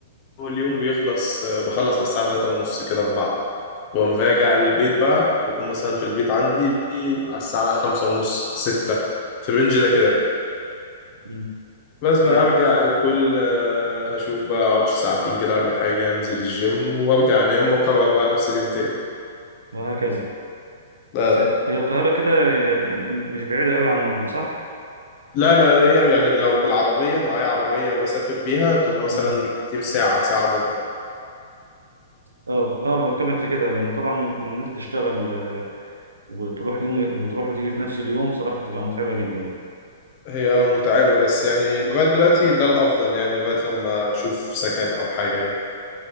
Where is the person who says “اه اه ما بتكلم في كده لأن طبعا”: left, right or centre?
Right